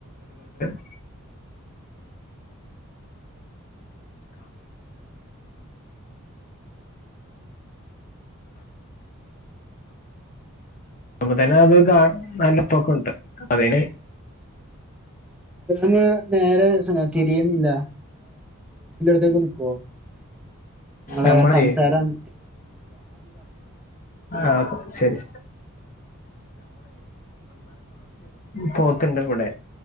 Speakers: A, on the left (about 40°); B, in the centre.
A: <unintelligible> അപ്പ തന്നെ അത് കാ നല്ലപ്പൊക്കെണ്ട് അതിന്
B: ന്ന് നേരെ തിരിയുന്നില്ല ത നിക്കോ <unintelligible> നിങ്ങളെ
A: നമ്മളെ
B: സംസാരം
A: ആഹ് ശരി പോത്ത്ഇണ്ട് കൂടെ